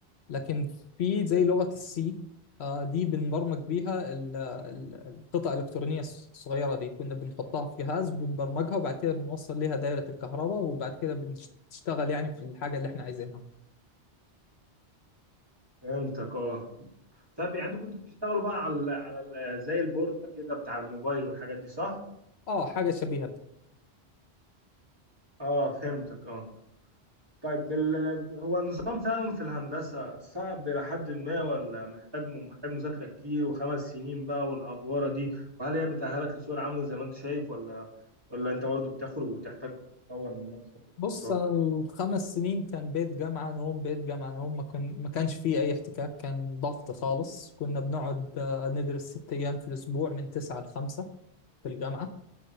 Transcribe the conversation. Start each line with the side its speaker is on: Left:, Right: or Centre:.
Left: لكن في زي لغة السي دي بنبرمج بيها ال- ال- القطع الإلكترونية الص- الصغيرة دي كنا بنحطها في جهاز بنبرمجها وبعد كده بنوصل ليها دايرة الكهرباء وبعد كده بتشتغل يعني في الحاجة اللي احنا عايزينها
Right: فهمتك اه طب يعني انتوا كنتوا بتشتغلوا بقى على على زي البورد كده بتاع الموبايل والحاجات دي صح
Left: اه حاجة شبيهة
Right: اه فهمتك اه طيب ال- هو النظام فعلا في الهندسة صعب إلى حد ما ولا محتاج محتاج مذاكرة كتير وخمس سنين بقى والأفوارة دي وهل هي بتأهلك لسوق العمل زي ما أنت شايف ولا ولا أنت برضه بتخرج وبتحتاج تطور من نفسك وكورسات
Left: بص انا
Right: والحاجات
Left: الخمس
Right: دي؟
Left: سنين كان بيت جامعه نوم بيت جامعه نوم ما كان ما كانش فيه اي احتكاك كان ضغط خالص كنا بنقعد آه، ندرس ست ايام في الاسبوع من تسعة لخمسة في الجامعه